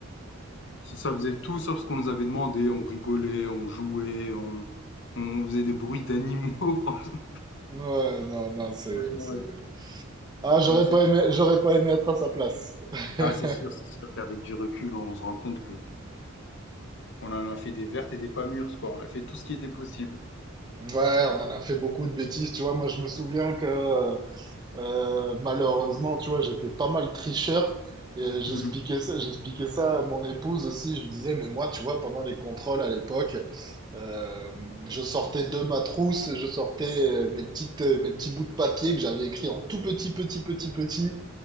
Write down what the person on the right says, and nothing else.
Ouais, non, non, c'est,
c'est.
Ah,
j'aurais
pas
aimé, j'aurais pas aimé être à sa place. <laughs>
Ouais, on en a fait beaucoup de bêtises, tu vois. Moi, je me souviens que euh, malheureusement, tu vois, j'étais pas mal tricheur et j'expliquais
ça, j'expliquais ça à mon épouse aussi. Je lui disais, mais moi, tu vois, pendant les contrôles à l'époque, euh, je sortais de ma trousse, je sortais euh, mes petites, euh, mes petits bouts de papier que j'avais écrits en tout petit, petit, petit, petit.